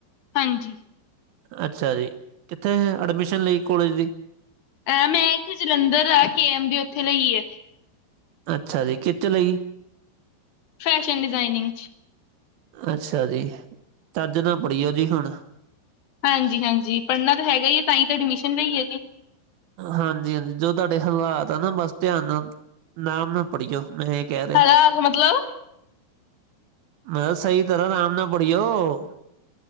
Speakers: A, on the left (about 70°); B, on the right (about 75°).
A: ਹਾਂਜੀ।
B: ਅੱਛਾ-ਜੀ, ਕਿੱਥੇ ਐਡਮਿਸ਼ਨ ਲਈ ਕੋਲਜ ਦੀ?
A: ਅ, ਮੈਂ ਇੱਥੇ ਜਲੰਧਰ ਆ, ਕੇ ਐਮ ਦੀ ਉੱਥੇ ਲਈ ਏ।
B: ਅੱਛਾ-ਜੀ, ਕਿਤੇ ਲਈ?
A: ਫੈਸ਼ਨ ਡਿਜ਼ਾਇਨਿੰਗ'ਚ।
B: ਅੱਛਾ-ਜੀ, ਚੱਜ਼ ਨਾਲ ਪੜੀਓ ਜੀ, ਹੁਣ।
A: ਹਾਂਜੀ-ਹਾਂਜੀ, ਪੜ੍ਹਨਾ ਤਾਂ ਹੈਗਾ ਹੀ ਆ, ਤਾਂ ਹੀ ਤਾਂ ਐਡਮਿਸ਼ਨ ਲਈ ਏ ਜੀ।
B: ਹਾਂਜੀ-ਹਾਂਜੀ, ਜੋ ਤੁਹਾਡੇ ਹਲਾਤ ਆ ਨਾ, ਬਸ ਧਿਆਨ ਨਾਲ, ਅਰਾਮ ਨਾਲ ਪੜੀਓ। ਕਹਿ ਰਿਹਾਂ,
A: ਹਾਲਾਤ ਮਤਲਬ
B: ਮੈਂ ਸਹੀ ਤਰ੍ਹਾਂ, ਆਰਾਮ ਨਾਲ ਪੜੀਓ।